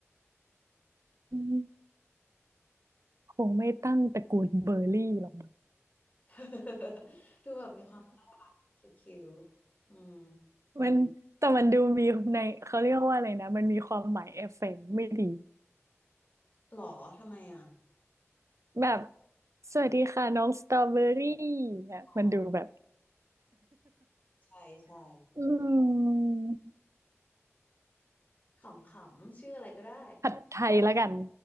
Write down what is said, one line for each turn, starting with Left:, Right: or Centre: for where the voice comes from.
Right: อืมคงไม่ตั้งตระกูลเบอร์รี่หรอก
Left: <laughs> ดูแบบมีความคิวๆอืม
Right: มันแต่มันดูมีในเขาเรียกว่าอะไรนะมันมีความหมายเอฟเฟกต์ไม่ดี
Left: หรอทำไมอะ
Right: แบบสวัสดีค่ะน้องสตรอเบอรี่เนี่ยมันดูแบบ
Left: อ๋อใช่ใช่
Right: <laughs> อืม
Left: ขำๆชื่ออะไรก็ได้
Right: ผัดไทยแล้วกัน